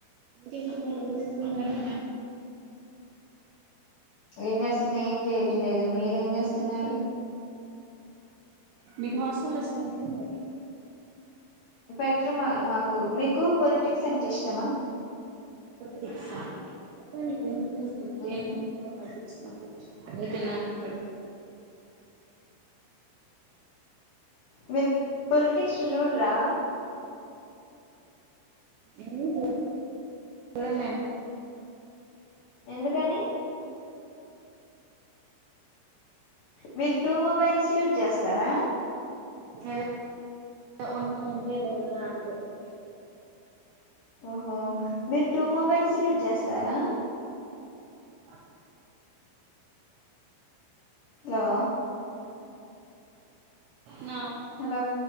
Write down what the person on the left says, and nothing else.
మ్మ్హ్మ్. ఏం చేస్తున్నా ఏం చేయట్లేదు మీరేం చేస్తున్నారు.
పెట్టర్ మా మాకు. మీకు పొలిటిక్స్ అంటే ఇష్టమా.
మ్మ్.
మీరు పొలిటిక్ చూడ్ రా
ఎందుకని? మీరు టూ మొబైల్స్ యూజ్ చేస్తారా?
ఓహో మీరు టూ మొబైల్స్ యూజ్ చేస్తారా
హలో
హలో